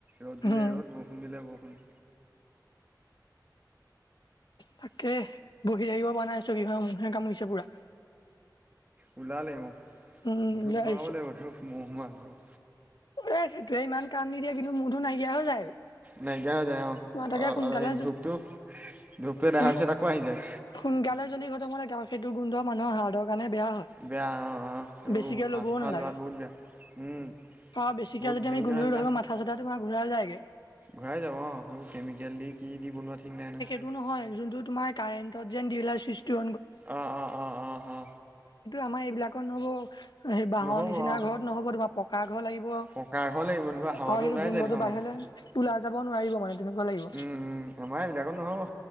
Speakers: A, on the right (about 20°); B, on the left (about 75°).
A: ৰ'দ দিলে
B: উম
A: ৰ'দ বৰষুণ দিলে বৰষুণ
B: তাকে বহি থাকিব পৰা নাই চ কি মখনে কাম কৰিছে পুৰা
A: ওলালাগ ম
B: উম
A: ধূপ
B: ওলাই
A: লগাব
B: আহিছো
A: লাগিব ধূপ মহহোমা ধপ
B: এ সেইটোৱে ইমান কাম নিদিয়ে কিন্তু মোৰতো নাইকিয়া হৈ যায় আৰু
A: নাইকিয়া হৈ যায় অ
B: মই তাকে সোনকালে
A: এই ধূপটো ধূপটো
B: সোন
A: দেখাৰ পিছত আকৌ আহি যায়
B: সোনকালে জ্বি ঘটবাব লাগে সেই গোন্ধ মানুৰ সাহাৰ দক কাৰণে বেয়া হয়
A: বেয়া অ এইবোৰ
B: বেছিকে
A: উশাহ
B: ল'বও
A: চোশাহ
B: নালাগে
A: লোৱাত বহুত বেয়া উম
B: অ বেছিক
A: বহুত
B: যদি
A: হেৰি
B: আমি গধলি
A: নহয় এইবিলাক
B: ধৰিা মাথা চা তোমাৰ ঘৰাইায়গে
A: ঘূৰাই যাব অ সেইবোৰ কেমিকেল দি কি দি বনোৱা ঠিক নাই ন
B: সটো ভাল তে সেইটো
A: অ অ অ অ অ
B: আমাৰ এইবিলাকত নহ'ব সেই বাঁহৰ
A: নহ'ব
B: নিচিনা
A: অ
B: ঘৰত নহ'ব তোমাৰ পকা ঘৰ লাগিব অ
A: পকা ঘৰ লাগিব তোমাৰ হাৱাটো
B: সেইটো
A: ওলাই
B: গোন্ধটো
A: যায় নহয় আমাৰ
B: বাহিৰলৈ তোৰলা যাব নোৱাৰিব মানে তেনেকুৱা লাগিব
A: আমাৰে বিলাকত নহয়